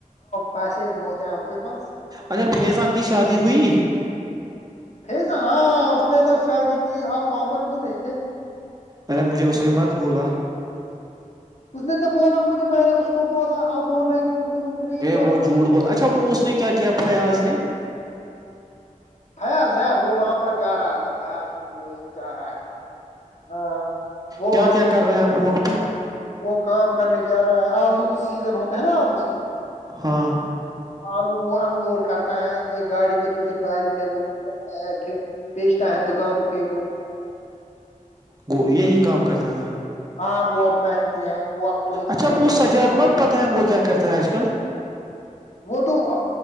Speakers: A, on the left; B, on the right.
A: پیسے بھی بہت ہیں آپ کے پاس
B: اچھا فیضان کی شادی ہوئی
A: پس ہاں اس نے تو شادی کی آپ وہاں پر کیوں نہیں تھے
B: ارے مجھے اس نے مت بولا
A: اس نے تو بولا مجھے میں نے اس کو بولا آپ بول رہے نے مجھے نہیں
B: ا
A: بولا
B: وہ جھوٹ بول اچھا وہ اس نے کیا کیا پیا آج نے
A: فیاض ہے وہاں پر جا رہا تھا فیاض بھی وہی ب ج رہا ہے ہاں وہ
B: کیا
A: اب
B: کیا کر رہے ہیں وہ اپی
A: وہ کام کرنے جا رہا ہے آلو سیزن ہوتا ہے نا آلو سیزن
B: ہاں
A: آلو وہ ان لوڈ کرتا ہے ایک گاڑی میں دوسری گاڑی میں وہ بیٹھتا ہے پھر بیچتا ہے دکانوں پہ وہ
B: گ یہی کام کرتا ہے
A: ہاں وہ اب م وہ اب بہت
B: اچھا
A: پیسے
B: وہ
A: کماتا
B: سجاد
A: ہے
B: مت پتہ وہ کیا کرتا ہے آج کل
A: وہ تو اب